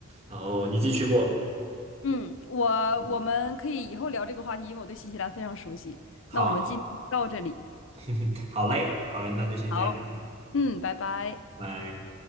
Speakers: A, on the right (about 30°); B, on the left (about 75°).
A: 哦，你自己去过了
B: 嗯，我我们可以以后聊这个话题，
A: 嗯，
B: 因为我对新西兰非常熟悉。
A: 好好
B: 那我们今天就到这里。
A: <laughs> 好嘞，好嘞，那就先这样，
B: 好，
A: 嗯，
B: 嗯，拜拜。
A: 拜。